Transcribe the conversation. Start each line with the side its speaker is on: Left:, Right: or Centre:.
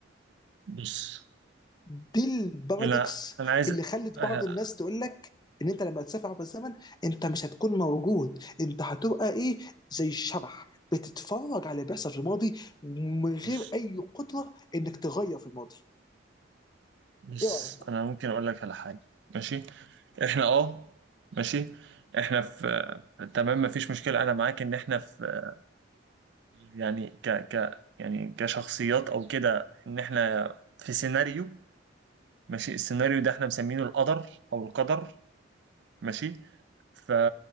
Right: بص
Left: دي البارادوكس
Right: لا انا عايز
Left: اللي خلت
Right: آه،
Left: بعض الناس تقول لك ان انت لما تسافر عبر الزمن انت مش هتكون موجود انت هتبقى ايه زي الشبح بتتفرج على اللي بيحصل في الماضي من غير
Right: بص
Left: اي قدره انك تغير في الماضي
Right: بص
Left: ايه رايك
Right: انا ممكن اقول لك على حاجه ماشي احنا اه ماشي احنا في تمام مفيش مشكلة انا معاك ان احنا في يعني ك ك يعني كشخصيات او كده ان احنا في سيناريو ماشي السيناريو ده احنا مسمينه القدر او القدر ماشي ف